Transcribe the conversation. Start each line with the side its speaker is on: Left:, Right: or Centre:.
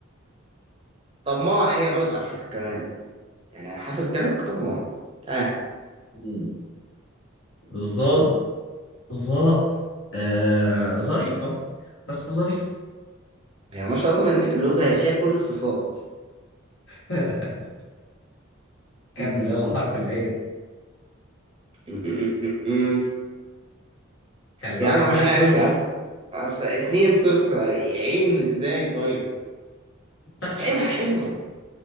Right: طماعه هي برضه على حسب كمان يعني على حسب كلامك طماعه اه
Left: مم. ضاد ظا آه... ظريفة بس ظريفة
Right: هي ما شاء الله من اللي احنا بنقول ده هي فيها كل الصفات
Left: <laughs> كمل
Right: م-
Left: يلا
Right: م-
Left: حرف العين
Right: م- م- م.
Left: خلي بالك
Right: يا عم
Left: انا واحد
Right: مش عارف
Left: صفر
Right: يا عم بس اتنين صفر عين ازاي طيب
Left: <laughs>
Right: عينها حلوة